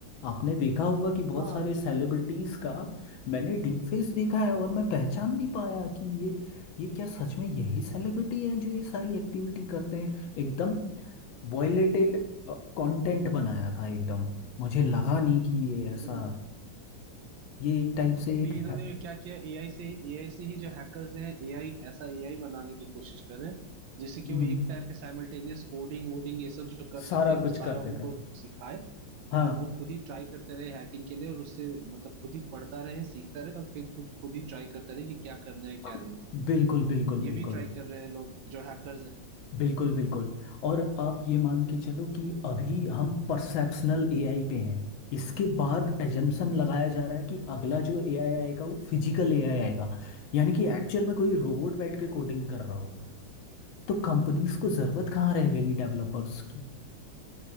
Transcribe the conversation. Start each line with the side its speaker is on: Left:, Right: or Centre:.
Left: आपने देखा होगा कि बहुत
Right: हाँ
Left: सारे
Right: हाँ
Left: सेलिब्रिटीज़ का मैंने डीप फेस देखा है और
Right: हाँ,
Left: मैं पहचान नहीं पाया कि ये ये क्या सच में यही सेलिब्रिटी है जो ये सारी एक्टिविटी करते हैं एकदम वायलेटेड कंटेंट बनाया था एकदम मुझे लगा नहीं कि ये ऐसा
Right: हाँ,
Left: ये एक टाइप से
Right: अभी
Left: एक
Right: इन्होंने
Left: है
Right: क्या किया एआई से ही एआई से ही जो हैकर्स ने एआई ऐसा एआई बनाने की कोशिश कर रहे हैं जिससे
Left: हम्म,
Right: कि वो एक टाइम पे साइमल्टेनियस कोडिंग वोडिंग ये सब जो कर
Left: सारा
Right: सकते हैं वो
Left: कुछ
Right: सारा
Left: कर देगा
Right: उनको सिखाए
Left: हाँ
Right: और वो खुद ही ट्राई करते रहे हैकिंग के लिए और उससे मतलब खुद ही पढ़ता रहे सीखता रहे और फिर खुद खुद ही ट्राई करता रहे कि क्या करना है क्या
Left: खु-
Right: नहीं
Left: बिल्कुल बिल्कुल
Right: ये
Left: बिल्कुल
Right: भी ट्राई कर रहे हैं लोग जो हैकर्स हैं
Left: बिल्कुल बिल्कुल और आप ये मान के चलो कि अभी हम परसेप्शनल एआई पे हैं इसके बाद एजम्पशन
Right: हम्म
Left: लगाया जा रहा है कि अगला जो एआई आएगा वो फिजिकल एआई आएगा यानी कि एक्चुअल में कोई रोबोट बैठ के कोडिंग कर रहा होगा तो कंपनीज को जरूरत कहाँ रह गई डेवलपर्स की